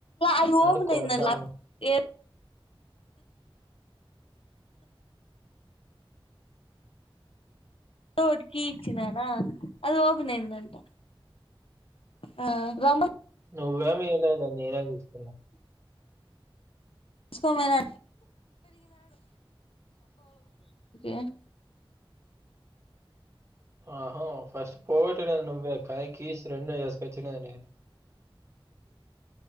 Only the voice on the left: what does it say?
అది
ఓపెన్
అయింది ఏ ఓడుకీ ఇచ్చినానా అది ఓపెన్ అయ్యిందంట ఆ రమ్మ
తీసుకోని పోయినా <unintelligible>